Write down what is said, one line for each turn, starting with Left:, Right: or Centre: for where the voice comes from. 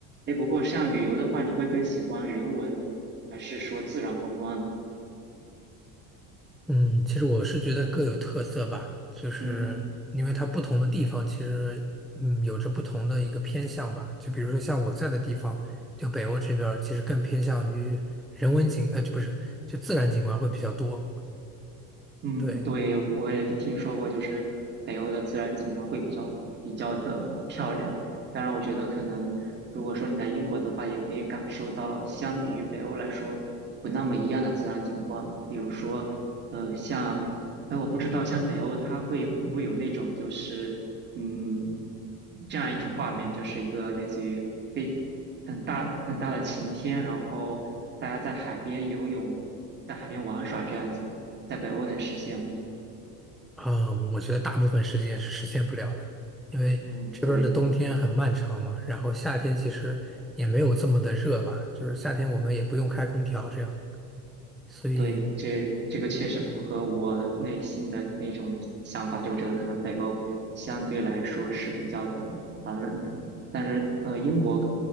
Right: 哎，不过像旅游的话，你会更喜欢人文还是说自然风光呢
Centre: 嗯，其实我是觉得各有特色吧，就是因为它不同的地方，
Right: 嗯。
Centre: 其实嗯有着不同的一个偏向吧。就比如说像我在的地方，就北欧这边儿其实更偏向于人文景，呃，不是，就自然景观会比较多。
Right: 嗯，
Centre: 对，
Right: 对，我也就听说过，就是北欧的自然景观会比较比较的漂亮。当然，我觉得可能如果说你在英国的话，也可以感受到相比于北欧来说不那么一样的自然景观。比如说，呃，像，哎，我不知道像北欧它会会不会有那种就是嗯这样一种画面，就是一个类似于非很大很大的晴天，然后大家在海边游泳，在海边玩耍这样子。在北欧能实现吗？
Centre: 啊，我觉得大部分时间是实现不了的，因为这边儿的冬天很漫长嘛，
Right: 嗯，对
Centre: 然后夏天其实也没有这么的热吧，就是夏天我们也不用开空调这样。所以
Right: 对，这这个确实符合我内心的那种想法，就我觉得可能北欧相对来说是比较的寒冷的，但是呃，英国